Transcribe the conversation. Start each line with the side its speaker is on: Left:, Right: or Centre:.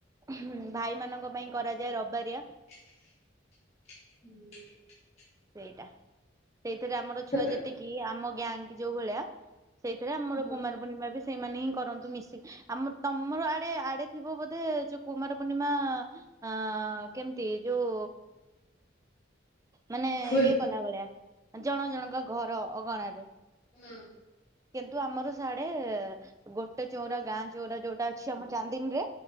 Right: ହୁ ଭାଇମାନଙ୍କ ପାଇଁ କରାଯାଏ ରବାରିଆ।
Left: ହୁଁ <inaudible>
Right: ସେଇଟା ସେଇଥିରେ ଆମର
Left: ସେଟା
Right: ଛୁଆ ଯେତିକି ଆମ ଗ୍ୟାଙ୍ଗ ଯୋଉ ଭଳିଆ ସେଇଥିରେ ଆମର
Left: ହୁଁ।
Right: କୁମାର ପୂର୍ଣିମା ବି ସେଇମାନେ ହିଁ କରନ୍ତି ମିଶିକି ଆମ ତମର ଆଡେ ଆଡେ ଥିବ ବୋଧେ ଯୋଉ କୁମାର ପୂର୍ଣ୍ଣିମା ଆଃ କେମତି ଯୋଉ ମାନେ
Left: ଫୁଲ୍
Right: ଇଏ କଲା ଭଳିଆ ଜଣ ଜଣଙ୍କ ଘର ଅଗଣାରେ
Left: ହୁଁ।
Right: କିନ୍ତୁ ଆମର ସାଡେ ଗୋଟେ ଚଉରା ଗାଁ ଚଉରା ଯୋଉଟା ଅଛି ଆମ ଚାନ୍ଦିନୀରେ